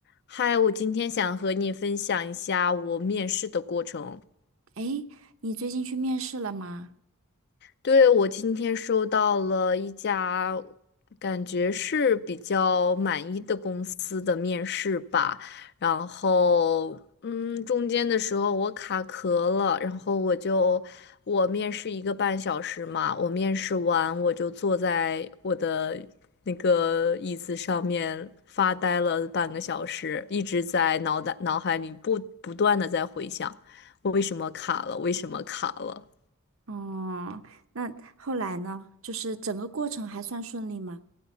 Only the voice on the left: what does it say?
嗨，我今天想和你分享一下我面试的过程。
对，我今天收到了一家感觉是比较满意的公司的面试吧，然后嗯，中间的时候我卡壳了，然后我就我面试一个半小时嘛，我面试完我就坐在我的那个椅子上面发呆了半个小时，一直在脑袋脑海里不不断的在回想，为什么卡了，为什么卡了。